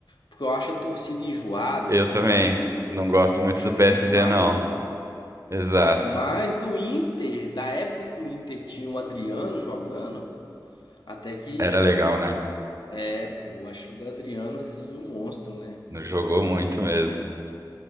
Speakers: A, on the left (about 65°); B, on the right (about 40°).
A: porque eu acho a torcida enjoada,
B: Eu
A: assim,
B: também
A: acho,
B: não gosto muito
A: acho
B: do
A: eles
B: PSG,
A: muito marrentos.
B: não. Exato.
A: Mas do Inter, da época que o Inter tinha o Adriano jogando, até que
B: Era legal, né?
A: é, pô, eu acho o Adriano assim um monstro, né?
B: Não Jogou
A: Com
B: muito
A: certeza.
B: mesmo.